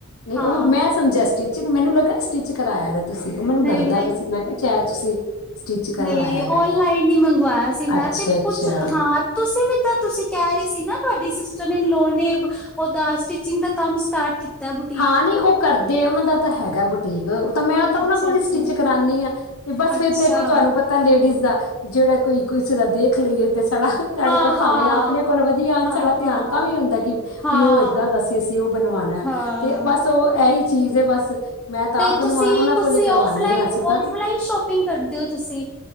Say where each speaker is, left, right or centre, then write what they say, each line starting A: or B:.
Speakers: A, on the left; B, in the centre.
A: -ਨੀ
B: ਹਾਂ
A: ਉਹ ਵੀ ਮੈਂ ਸਮਜੈਸਟੀ- ਜਿਵੇ ਮੈਨੂੰ ਲੱਗਾ ਸਟਿਚ ਕਰਾਇਆ ਵੇ ਤੁਸੀਂ ਉਹ ਮੈਨੂੰ
B: ਨਹੀਂ
A: ਲੱਗਦਾ ਪੇ ਸੀ ਮੈਂ ਕਿਹਾ ਸੈਦ ਤੁਸੀਂ ਸਟਿਚ ਕਰਵਾਇਆ
B: ਨਈ
A: ਦਾ
B: ਓਨਲਾਈਨ ਹੀ ਮੰਗਵਾਇਆ ਸੀ ਮੈਂ
A: ਅੱਛਾ
B: ਫਿਰ
A: ਅੱਛਾ
B: ਕੁਛ ਹਾਂ, ਤੁਸੀਂ ਵੀ ਤਾਂ ਤੁਸੀਂ ਕਹਿ ਰਹੇ ਸੀ ਨਾ ਤੁਹਾਡੀ ਸਿਸਟਰ ਨੇ ਇਨਲੋ ਨੇ- ਉਹਦਾ ਸਟਿਚਿੰਗ ਦਾ ਕੰਮ ਸਟਾਰਟ ਕੀਤਾ ਬੂ
A: ਹਾਂ ਨੀ ਉਹ ਕਰਦੇ ਉਹਨਾਂ ਦਾ ਤਾਂ ਹੈਗਾ ਬੁਟ ਟੀਕ ਉਹ ਤਾਂ ਮੈਂ ਤਾਂ ਉਹਨਾਂ
B: ਅੱਛਾ
A: ਕੋਲ
B: ਅੱਛਾ
A: ਈ ਸਟਿਚ ਕਰਾ ਨੀ ਆ, ਤੇ ਬਸ
B: ਅੱਛਾ
A: ਫੇਰ ਦੇਖੋ ਤੁਹਾਨੂੰ ਪਤਾ- ਤਾਂ ਲੇਡੀਜ਼ ਦਾ ਜਿਹੜਾ ਕੋਈ ਕਿਸੇ ਦਾ ਦੇਖ ਲਈਏ- ਤੇ ਸਾਡਾ-ਸਾਡੇ
B: ਹਾਂ
A: ਕੋਲ ਭਾਵੇਂ
B: ਹਾਂ
A: ਆਪਣੇ ਕੋਲ ਵਧੀਆ ਅਨ
B: ਹਾਂ
A: ਸਾਡਾ ਧਿਆਨ
B: ਹਾਂ
A: ਤਾਂ ਵੀ ਹੁੰਦਾ ਕੀ
B: ਹਾਂ
A: ਵੀ ਉਹ ਏਦਾਂ ਦਾ ਸੀ ਅਸੀਂ ਉਹ ਬਣਵਾਣਾ
B: ਹਾਂ
A: ਐ। ਤੋ ਇਹੀ ਚੀਜ਼ ਏ ਬਸ। ਮੈਂ ਤਾਂ
B: ਤੇ
A: ਆਪ ਬਣਵਾ
B: ਤੁਸੀਂ
A: ਉਹਨਾਂ
B: ਤੁਸੀਂ
A: ਕੋਲ ਹੀ ਕਰਵਾਨੀਆ
B: ਔਫਲਾਈਨ
A: ਵੈਸੇ ਤਾਂ-
B: ਔਫਲਾਈਨ ਸ਼ੋਪਿੰਗ ਕਰਦੇ ਹੋ ਤੁਸੀਂ